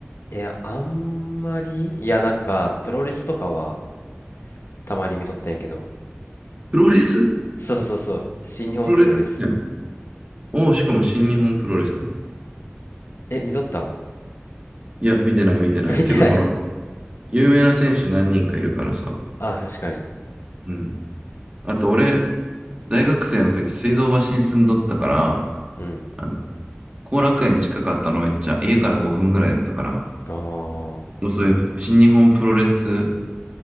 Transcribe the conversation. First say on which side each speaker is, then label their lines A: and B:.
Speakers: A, on the left (about 65°); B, on the right (about 30°).
A: いや、あんまり、いや、なんか、プロレスとかはたまに見とったんやけど、
B: プロレス
A: そうそうそう、新日本プロレス
B: プロレス好きなのおおー、しかも新日本プロレス。
A: え、見とった
B: いや、見てない見てない。
A: <laughs> 見てない
B: けどほら、有名な選手何人かいるからさ。
A: <laughs> ああ、確かに。
B: うん。あと俺、大学生の時、水道橋に住んどったから、
A: うん。
B: あの、後楽園近かったのめっちゃ、家から5分ぐらいやったから、
A: ああ、
B: そういう新日本プロレス